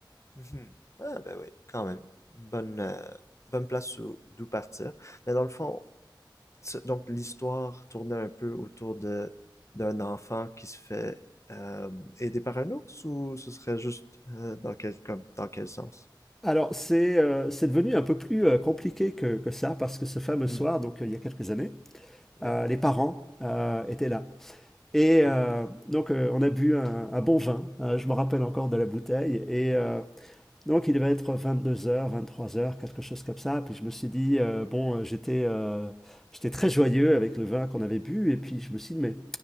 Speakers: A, on the left; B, in the centre.
A: Mhm. Ah, ben oui, quand même. Bonne, euh, bonne place où- d'où partir. Mais dans le fond, Ce- Donc, l'histoire tournait un peu autour de d'un enfant qui se fait euh, aider par un ours ou ce serait juste euh, dans quel comme dans quel sens?
B: Alors, c'est euh, c'est devenu un peu plus euh, compliqué que, que ça, parce que ce fameux
A: Hmm.
B: soir, donc euh, il y a quelques années,
A: Oui.
B: euh, les parents euh, étaient là. Et
A: Ah.
B: euh, donc, euh, on a bu un, un bon vin, Euh, je me rappelle encore de la bouteille, et euh, Donc il devait être vingt-deux heures, vingt-trois heures, quelque chose comme ça. Puis je me suis dit, euh, bon, euh, j'étais euh, j'étais très joyeux avec le vin qu'on avait bu. Et puis je me suis dit, mais